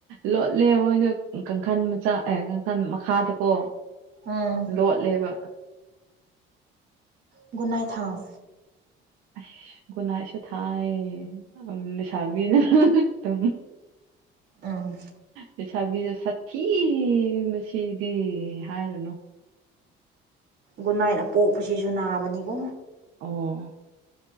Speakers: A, on the right; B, on the right.
A: ꯂꯣꯠꯂꯦ ꯃꯣꯏꯅ ꯀꯥꯡꯈꯜ ꯃꯆꯥ ꯑꯦ ꯀꯥꯡꯈꯜ ꯃꯈꯥꯗꯀꯣ
B: ꯎꯝ
A: ꯂꯣꯂꯦꯕ
B: ꯒꯨꯠꯅꯥꯥꯏꯠ ꯊꯥꯎ
A: ꯑꯁ ꯒꯨꯠꯅꯥꯢꯠ ꯁꯨ ꯊꯥꯏ ꯂꯩꯁꯕꯤꯅꯥ ꯇꯨꯝ
B: ꯑꯥꯝ
A: ꯂꯩꯁꯥꯕꯤꯗ ꯁꯥꯛꯊꯤ ꯃꯁꯤꯗꯤ ꯍꯥꯏꯔꯨꯅꯣ
B: ꯒꯨꯟꯅꯥꯏꯅ ꯄꯣꯛꯄꯁꯤꯁꯨ ꯅꯥꯕꯅꯤꯀꯣ
A: ꯑꯣ